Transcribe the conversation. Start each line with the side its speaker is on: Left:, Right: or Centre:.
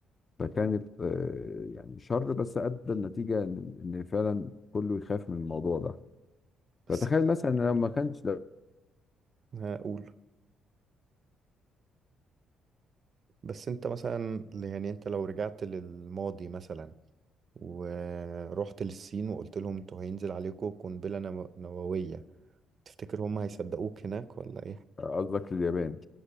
Left: فكانت آه، يعني شر بس ادى النتيجه ان إن فعلا كله يخاف من الموضوع ده
Right: بس
Left: فتخيل مثلا لو ما كانش لو-
Right: هقول بس انت مثلا يعني انت لو رجعت للماضي مثلا ورحت للصين وقلت لهم انتوا هينزل عليكم قنبلة نو- نووية تفتكر هم هيصدقوك هناك ولا ايه
Left: قصدك اليابان